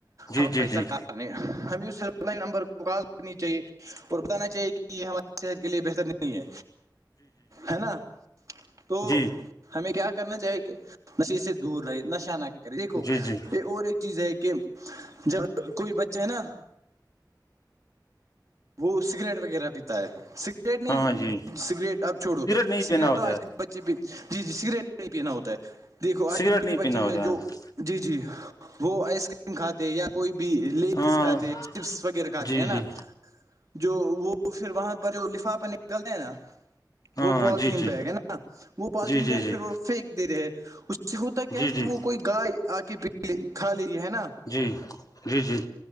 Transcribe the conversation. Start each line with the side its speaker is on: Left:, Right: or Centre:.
Right: ہماری
Left: جی جی جی جی
Right: سرکار
Left: جی
Right: نے ہم اسپ لائن نمبر کو کوال کرنی چاہیے اور بتانا چاہیے کہ یہ ہماری صحت کے لیے بہتر نہیں ہے ہے نا تو
Left: جی جی
Right: ہمیں کیا کرنا چاہی کہ نشی سے دور رہے نشہ نہ کرے دیکھو
Left: جی جی
Right: اور ایک چیز ہے کہ جب کوئی بچہ ہے نا وہ سگریٹ وغیرہ پیتا ہے سگریٹ نہیں
Left: ہاں جی
Right: سگریٹ اب چھوڑو
Left: نہیں
Right: سگریٹ
Left: پینا ہوتا
Right: تو آج
Left: ہے
Right: کل بچے جی جی سگریٹ ہی پینا ہوتا ہے دیکھو آج
Left: سگریٹ
Right: کل
Left: نہیں
Right: کے بچے
Left: پینا
Right: ہیں
Left: ہوتا ہے
Right: جو جی جی وہ آئس کریم کھاتے یا کوئی بھی لیز
Left: ہاں
Right: کھاتے ہیں چپس وغیرہ کھاتے
Left: جی
Right: ہے نا
Left: جی
Right: جو وہ پھر وہاں پر جو لفا پہ نکلتا ہیں نا
Left: ہاں
Right: وہ پالیتین
Left: جی جی
Right: بیگ ہے نا وہ پالیتین
Left: جی
Right: بیگ
Left: جی جی
Right: پھر وہ پھینک دے رہے ہے اس ج سے ہوتا کیا
Left: جی
Right: ہے
Left: جی
Right: کہ وہ کوئی گائے آ کے پی کھا لیی ہے نا
Left: جی جی جی